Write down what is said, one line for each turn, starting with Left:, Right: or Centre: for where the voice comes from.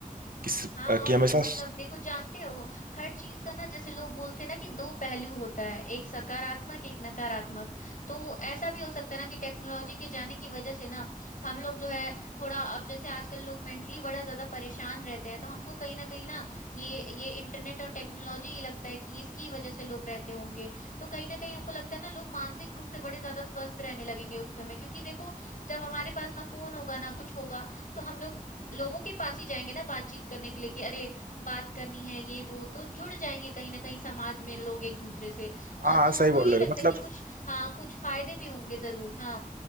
Right: कि,
Left: हाँ
Right: कि
Left: और
Right: हमेशा
Left: क्या मतलब देखो जानते हो हर चीज का ना जैसे लोग बोलते हैं ना कि दो पहलू होता है एक सकारात्मक एक नकारात्मक तो ऐसा भी हो सकता है ना कि टेक्नोलॉजी के जाने की वजह से ना हम लोग जो है थोड़ा अब जैसे आजकल लोग मेंटली बड़ा ज्यादा परेशान रहते हैं तो हमको कहीं ना कहीं ना ये ये इंटरनेट और टेक्नोलॉजी ही लगता है कि इसकी वजह से लोग रहते होंगे तो कहीं ना कहीं हमको लगता है ना लोग मानसिक रूप से बड़े ज्यादा स्वस्थ रहने लगेंगे उस समय क्योंकि देखो जब हमारे पास ना फोन होगा ना कुछ होगा तो हम लोग लोगों के पास ही जाएंगे ना बातचीत करने के लिए कि अरे बात करनी है ये वो तो जुड़ जाएंगे कहीं ना कहीं समाज में लोग एक दूसरे से और
Right: हाँ हाँ
Left: तो
Right: सही
Left: हमको
Right: बोल
Left: यही
Right: रहे
Left: लगता
Right: हो मतलब
Left: है कि कुछ हाँ कुछ फायदे भी होंगे जरूर हाँ